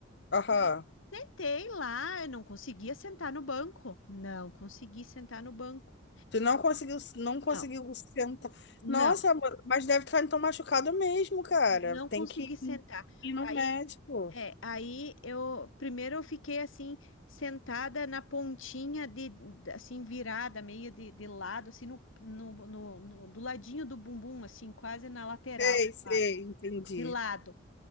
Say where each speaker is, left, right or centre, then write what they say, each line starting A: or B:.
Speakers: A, on the left; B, on the left.
A: Aham.
B: Aí sentei lá, eu não conseguia sentar no banco. Não consegui sentar no banco.
A: Tu não conseguiu, não conseguiu
B: Não,
A: sentar.
B: não,
A: Nossa, amor, mas deve estar então machucado mesmo, cara.
B: não consegui
A: Tem que
B: sentar.
A: ir ir no
B: Aí,
A: médico.
B: é, aí eu primeiro eu fiquei assim sentada na pontinha de de- assim virada meio de, de lado, assim no, no, no, no- do ladinho do bumbum, assim quase na lateral,
A: Sei, sei,
B: lado,
A: entendi.
B: de lado.